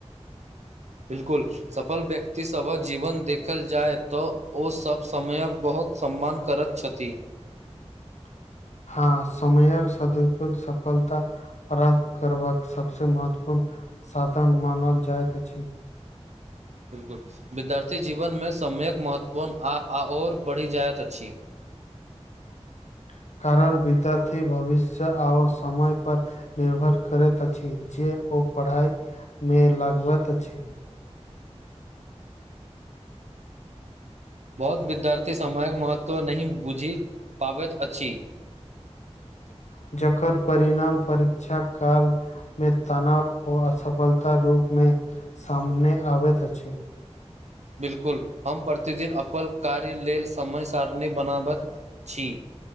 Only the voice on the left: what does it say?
<inaudible> हँ समयक सदुपयोग सफलता प्राप्त करबक सबस महत्वपूर्ण साधन मानल जायइत अछि अछि
<inaudible> कारण विद्यार्थी भविष्य आओ समय पर निर्भर करैत अछि जे ओ पढ़ाइ मे लगबेत अछि
<inaudible> जकर परिणाम परीक्षा काल मे तनाव आ असफलता रूप मे सामने आबैत अछि